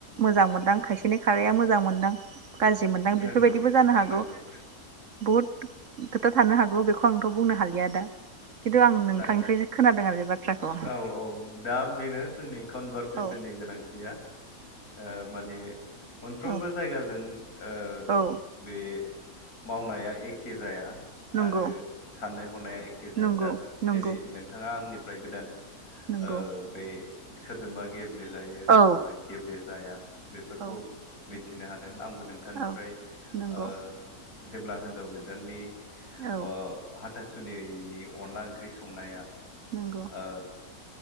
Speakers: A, on the right; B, on the left.
A: मोजां मोनदां खायसेनि खारैया मोजां मोनदां गाज्रि मोनदां
B: नंगौ
A: बेफोरबायदिबो जानो हागौ
B: नंगौ
A: बहुद खोथा थानो हागौ बेखौ आं थ बुंनो हालिया दा खिन्थु आं नोंथांनिफ्रायसो
B: जागोन
A: खोनादों आरो बे बाथ्राखौ
B: औ औ दा बेनो जोंनि कनभारसेसननि
A: औ
B: गोनांथिया ओ माने मोनफ्रोमबो
A: औ
B: जायगाजों ओ
A: औ
B: बे मावनाया एखे जाया
A: नंगौ
B: आरो साननाय हनाया एखे जाया
A: नंगौ
B: दा
A: नंगौ
B: दिनै नोंथाङा आंनि। ओमफ्राय गोदान।
A: नंगौ
B: ओ बे सोरजोंबा गेब गेब्ले जायो
A: औ
B: सोरजोंबा गेब्लेेजाया बेफोरखौ
A: औ
B: मिथिनो हादों आंबो नोंथांनिफ्राय
A: औ नंगौ
B: ओ जेब्ला हिन्जाव गोदाननि
A: औ
B: अ हाथासुनिनि अनला ओंख्रि संनाया
A: नंगौ
B: ओ